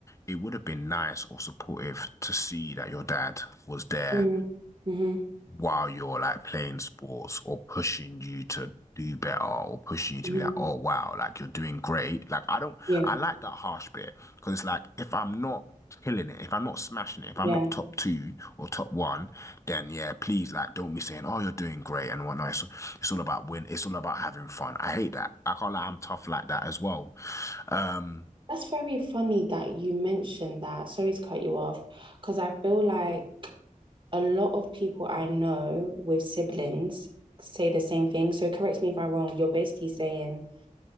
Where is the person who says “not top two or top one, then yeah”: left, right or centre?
Left